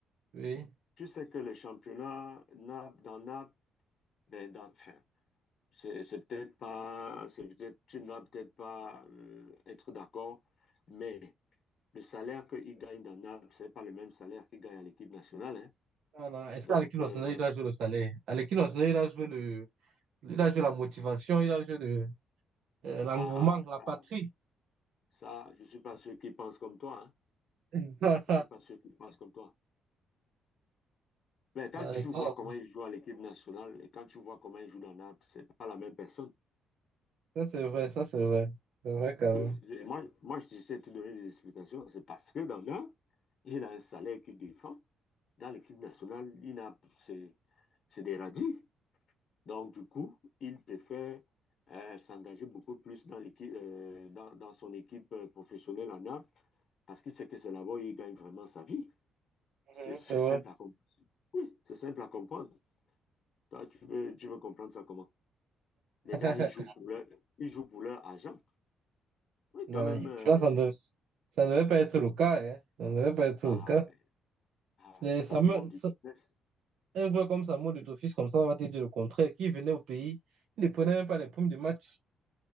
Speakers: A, on the right; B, on the left.
A: oui.
B: tu sais que le championnat Naples, dans Naples, ben, dans, enfin, c'est c'est peut-être pas, c'est peut-être, tu ne vas peut-être pas euh, être d'accord, mais le salaire qu'il gagne dans Naples, c'est pas le même salaire qu'il gagne à l'équipe nationale, hein.
A: Non, non, Est-ce
B: Donc,
A: qu'Alekine
B: euh,
A: Wasson, il doit jouer le salaire? Alekine Wasson, il doit jouer le... il doit jouer la motivation, il doit jouer le... euh, l'engouement,
B: ah, ça,
A: la patrie.
B: ça, je suis pas sûr qu'ils pensent comme toi, hein.
A: <laughs>
B: Je suis pas sûr qu'ils pensent comme toi. Mais quand
A: Non, Alekine
B: tu vois
A: Wasson,
B: comment il joue à l'équipe nationale et quand tu vois comment il joue dans Naples, c'est pas la même personne.
A: Ça, c'est vrai, ça, c'est vrai. C'est vrai, quand
B: Oui,
A: même.
B: j'ai- moi, moi, je sais te donner des explications. C'est parce que dans Naples, il a un salaire qu'il défend. Dans l'équipe nationale, il n'a, c'est, c'est des radis. Donc, du coup, il préfère euh, s'engager beaucoup plus dans l'équipe, euh, dans, dans son équipe euh, professionnelle à Naples parce qu'il sait que c'est là-bas où il gagne vraiment sa vie.
A: Mhm,
B: C'est c'est
A: C'est vrai.
B: simple à comprendre. Oui, c'est simple à comprendre. Toi, tu veux, tu veux comprendre ça comment? Les gars,
A: <laughs>
B: ils jouent pour leur, ils jouent pour leur argent. Oui,
A: Non,
B: quand même.
A: et
B: euh,
A: pourtant, ça ne, dev- ça ne devait pas être le cas, hein. Ça ne devait pas être
B: ah,
A: le cas.
B: ben, ah,
A: Les
B: c'est ça
A: Samuel-
B: le monde du
A: Sa-
B: business.
A: un joueur comme Samuel de Tofis, comme ça, on va te dire le contraire, qui venait au pays, il ne prenait même pas les primes de match.